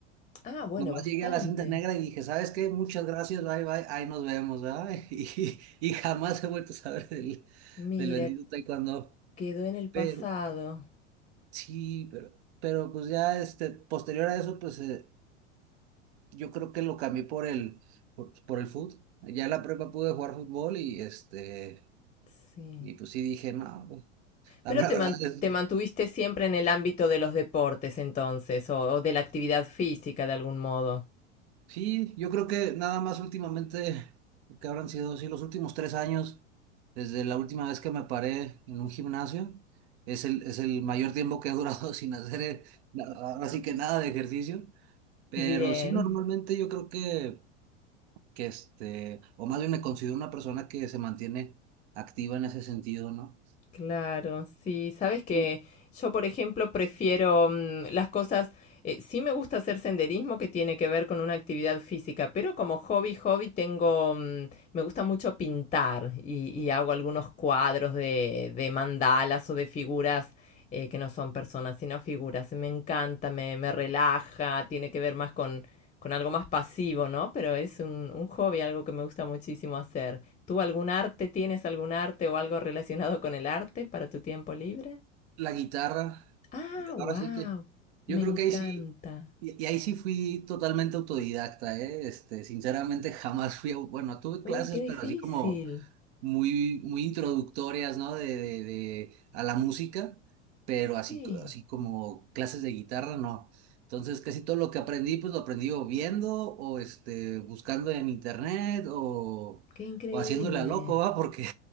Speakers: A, on the left (about 20°); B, on the right (about 60°).
A: Ah, bueno,
B: Nomás
A: bastante.
B: llegué a la cinta negra y dije, ¿sabes qué? Muchas gracias, bye, bye, ahí nos vemos, ¿verdad? <laughs> Y, y jamás he vuelto a saber del,
A: Mira,
B: del bendito taekwondo.
A: quedó en el pasado.
B: Pero, sí, pero, pero pues ya, este, posterior a eso, pues eh, yo creo que lo cambié por el, por, por el fútbol. Ya en la prepa pude jugar fútbol y este,
A: Sí.
B: y pues sí dije, no, pues, la
A: Pero
B: mera
A: te
B: verdad
A: man-
B: es,
A: te mantuviste siempre en el ámbito de los deportes entonces, o, o de la actividad física de algún modo.
B: Sí, yo creo que nada más últimamente, que habrán sido, sí, los últimos tres años, desde la última vez que me paré en un gimnasio, es el, es el mayor tiempo que he durado <laughs> sin hacer, eh, na- ahora sí que nada de ejercicio, pero
A: Bien.
B: sí, normalmente yo creo que, que este, o más bien me considero una persona que se mantiene activa en ese sentido, ¿no?
A: Claro, sí, sabes que
B: Tú,
A: yo, por ejemplo, prefiero mm, las cosas, eh, sí me gusta hacer senderismo que tiene que ver con una actividad física, pero como hobby, hobby tengo, mm, me gusta mucho pintar y, y hago algunos cuadros de, de mandalas o de figuras eh, que no son personas, sino figuras. Me encanta, me, me relaja, tiene que ver más con, con algo más pasivo, ¿no? Pero es un, un hobby, algo que me gusta muchísimo hacer. ¿Tú algún arte tienes algún arte o algo relacionado con el arte para tu tiempo libre?
B: la guitarra.
A: Ah, wow,
B: Ahora sí que
A: me
B: yo creo
A: encanta.
B: que ahí sí, y, y ahí sí fui totalmente autodidacta, ¿eh? Este, sinceramente jamás fui, a- bueno, tuve clases,
A: Uy, qué difícil.
B: pero así como muy, muy introductorias, ¿no? De, de, de- a la música, pero así,
A: Sí,
B: co- así como clases de guitarra, no. Entonces, casi todo lo que aprendí, pues lo aprendí o viendo o este, buscando en internet o,
A: qué increíble.
B: o haciéndole a loco, ¿va? Porque